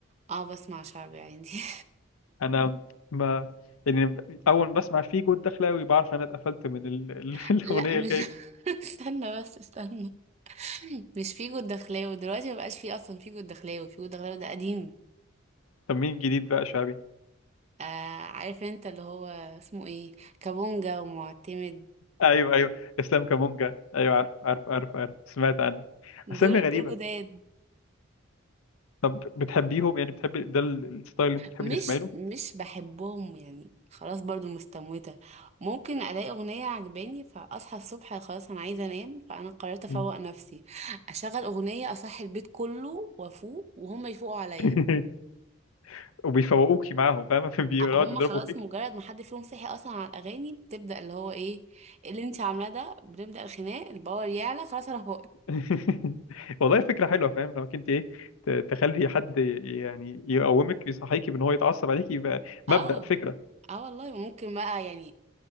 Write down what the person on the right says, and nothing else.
اه بسمع شعبي عندي
<laughs>
لا مش
<laughs> استنى بس استنى مش فيجو الدخلاوي دلوقتي مبقاش فيه اصلا فيجو الدخلاوي فيجو الدخلاوي ده قديم
آه عارف انت اللي هو اسمه ايه كابونجا ومعتمد
دول
دول جداد
مش
مش بحبهم يعني خلاص برضو مستموتة ممكن الاقي اغنية عجباني فاصحى الصبح خلاص انا عايزة انام فانا قررت افوق
نفسي اشغل اغنية اصحي البيت كله وافوق وهم يفوقوا عليا
أ- هم
خلاص
مجرد ما حد فيهم صحي اصلا على الاغاني بتبدأ اللي هو ايه إيه اللي انت عاملاه ده بنبدأ الخناق الباور يعلى خلاص انا فوقت
اه
اه والله وممكن بقى يعني